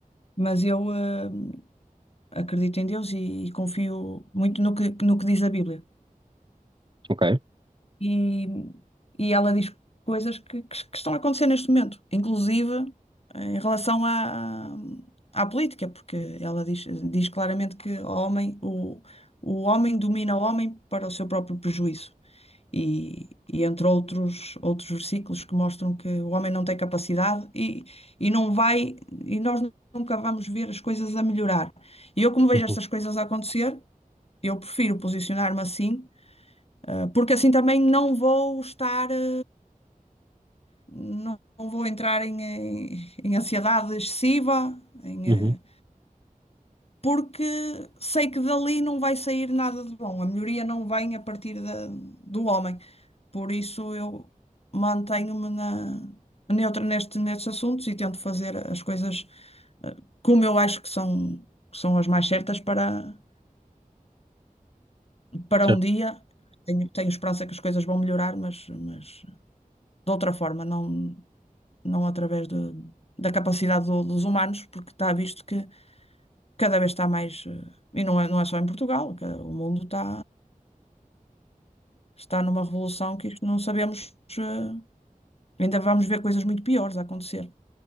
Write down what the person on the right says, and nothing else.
ok.
Uhum,
uhum,
certo.